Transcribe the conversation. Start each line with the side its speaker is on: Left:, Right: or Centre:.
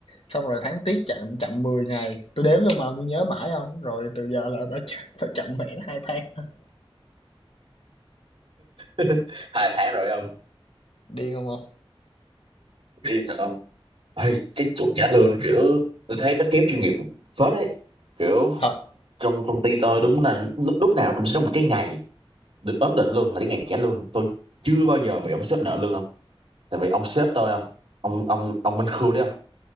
Left: xong rồi tháng tiếp chậm chậm 10 ngày, tôi đếm luôn mà tôi nhớ mãi không? rồi từ giờ là bả chậm bả chậm mẹ nó 2 tháng,
Right: <laughs> hai tháng rồi không
Left: điên không ông?
Right: đi thật không Ê, cái chuột trả lương kiểu tôi thấy nó kém chuyên nghiệp phết đấy kiểu
Left: Thật,
Right: trong công ty tôi đúng là lúc, lúc nào cũng sẽ có một cái ngày được ấn định luôn là cái ngày trả lương tôi chưa bao giờ bị ông sếp nợ lương tại vì ông sếp tôi không ông ông ông Minh Khương đấy không